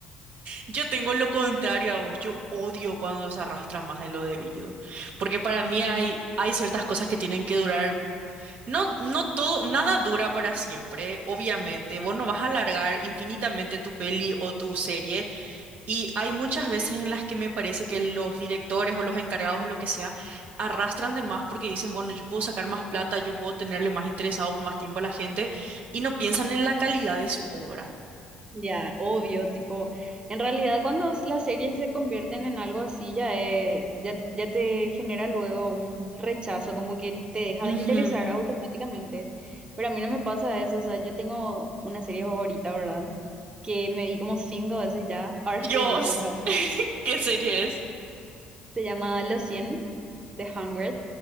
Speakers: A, on the right (about 60°); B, on the right (about 25°).
A: Yo tengo lo contrario a vos, yo odio cuando se arrastra más de lo debido, porque para mí hay, hay ciertas cosas que tienen que durar No, no todo, nada dura para siempre, obviamente. Vos no vas a alargar infinitamente tu peli o tu serie. Y hay muchas veces en las que me parece que los directores o los encargados o lo que sea arrastran de más porque dicen, bueno, yo puedo sacar más plata, yo puedo tenerle más interesado por más tiempo a la gente y no piensan en la calidad de su obra.
B: Ya, obvio, tipo, en realidad cuando s- las series se convierten en algo así, ya, eh, ya, ya te genera luego un rechazo, como que te deja
A: Ujú.
B: de interesar automáticamente. Pero a mí no me pasa eso, o sea, yo tengo una serie favorita, ¿verdad? Que me vi como cinco veces ya, ahora
A: Dios,
B: estoy viendo otra
A: <laughs> ¿qué serie
B: vez.
A: es?
B: Se llama Los cien The hundred